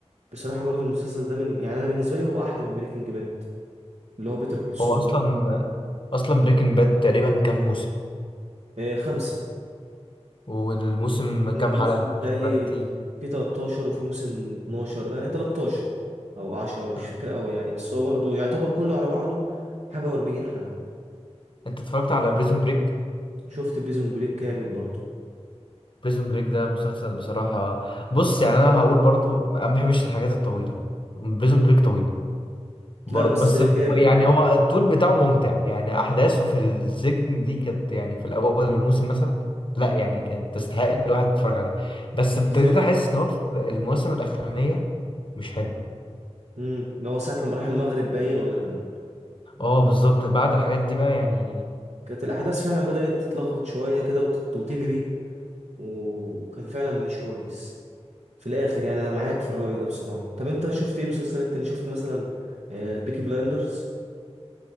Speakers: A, on the right; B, on the left.
A: بصراحة برضو المسلسل ده من يعني أنا بالنسبة لي هو أحلى من بريكنج باد اللي هو بيتر كول سول
B: هو أصلا
A: ده
B: أصلا بريكنج باد تقريبا كام موسم
A: آه خمسة
B: والموسم كام
A: موسم
B: حلقة
A: بتهيألي
B: أكيد بقى كتير
A: في 13 وفي موسم 12 يعني 13 او 10 مش
B: آه.
A: فاكر قوي يعني بس هو برضو يعتبر كله على بعضه حاجة و40 حلقة
B: أنت اتفرجت على بريزون بريك
A: شفت بريزون بريك كامل برضو
B: بريزون بريك ده مسلسل بصراحة بص يعني أنا هقول برضو أنا ما بحبش الحاجات الطويلة بريزون
A: مم.
B: بريك طويل برضه
A: لا بس
B: بس
A: جامد
B: هو- يعني
A: يعني
B: هو الطول بتاعه ممتع يعني احداثه في السجن دي كانت يعني في الاول الموسم مثلا لا يعني كانت تستحق الواحد يتفرج عليها بس ابتديت
A: بالظبط
B: احس ان هو في المواسم الاخرانيه مش حلو
A: امم اللي هو ساعة لما راح المغرب باين ولا كان
B: اه بالظبط بعد الحاجات دي بقى يعني
A: كانت الأحداث فعلا بدأت تتلخبط شوية كده وتت- وتجري وكان فعلا مش كويس في الآخر يعني أنا معاك في الرأي ده بصراحة طب أنت شفت إيه مسلسلات تاني شفت مثلا آه، البيكي بلايندرز